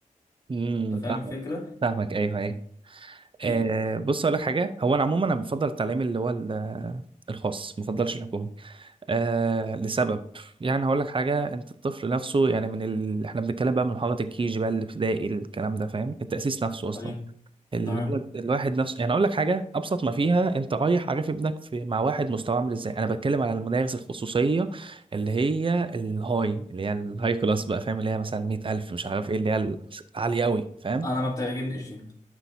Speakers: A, on the right (about 40°); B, on the left (about 25°).
A: امم
B: انت
A: فاهمك
B: فاهم الفكره
A: فاهمك ايوه ايوه أه
B: إيه؟
A: بص اقول لك حاجة هو انا عموما انا بفضل التعليم اللي هو ال- الخاص ما بفضلش الحكومي آه لسبب يعني هقول لك حاجه انت الطفل نفسه يعني من ال... احنا بنتكلم بقى من حضره الكيجي بقى الابتدائي الكلام ده فاهم التاسيس نفسه اصلا
B: ايوه
A: الولد
B: تمام
A: الواحد نفسه يعني اقول لك حاجه ابسط ما فيها انت رايح عارف ابنك في... مع واحد مستواه عامل ازاي انا بتكلم على المدارس الخصوصيه اللي هي الهاي اللي هي الهاي كلاس بقى فاهم اللي هي مثلا 100000 مش عارف ايه اللي هي العاليه قوي فاهم
B: انا ما بتعجبنيش دي